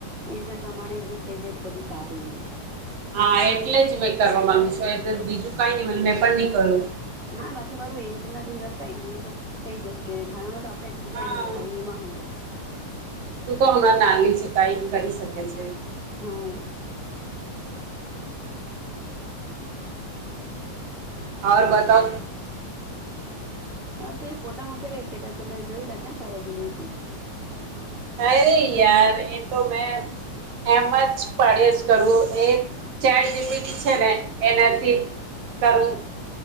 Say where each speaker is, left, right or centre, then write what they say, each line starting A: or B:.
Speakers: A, on the right; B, on the right.
A: એ પ્રમાણે બી થઈ જાય તો બધું સારું એમ
B: હા એટલે જ મેં કરવા માંગુશું એ બીજું કઈ મેં પણ ન કરું
A: હા બાકી મારું એજ ના તો હિસાબ કઈ નહી એ તો થઈ જશે ભણ તો આપડે છેી
B: હા
A: કનેી ભણી એમાં હું
B: તું તો હમણાં ના છે કઈ કરી શકે છે
A: હા
B: આવ બતાવ
A: હાર તું એ ફોટા મોકેલા સ્ટેટસ મેં જોય લ ક્યાં ફર ગેલી હતી
B: હ ર યાર એ તો મેં એમ જ પાડ્યા જ કરવું એ ચાર જેબીડી છે ને એનાથી કરો